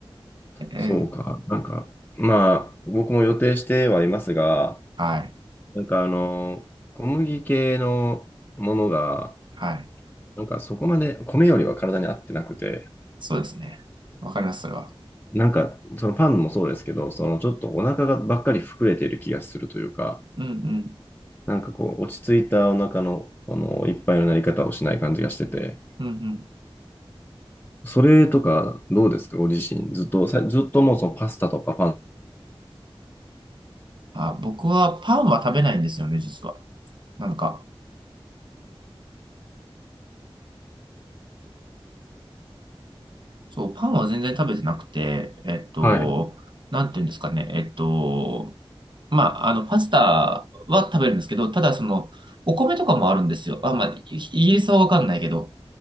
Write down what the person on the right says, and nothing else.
ええ
はい。
はい。
そうですね。わかります、それは。
うんうん。
うんうん。
あ、僕はパンは食べないんですよね、実は。なんか、そう、パンは全然食べてなくて、えっと、
なんていうんですかね、えっと、まあ、あの、パスタは食べるんですけど、ただその、お米とかもあるんですよ。あ、まあ、イイギリスはわかんないけど。